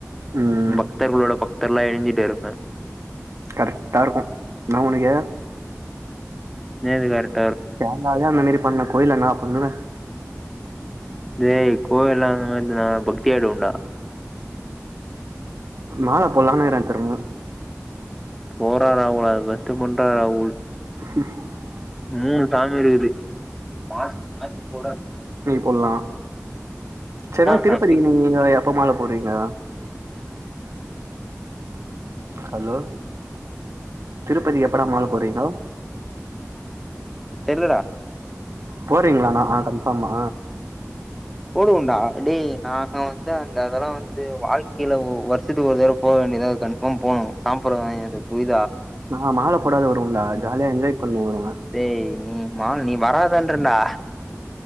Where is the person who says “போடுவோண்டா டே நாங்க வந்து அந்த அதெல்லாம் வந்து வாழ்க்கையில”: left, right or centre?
Centre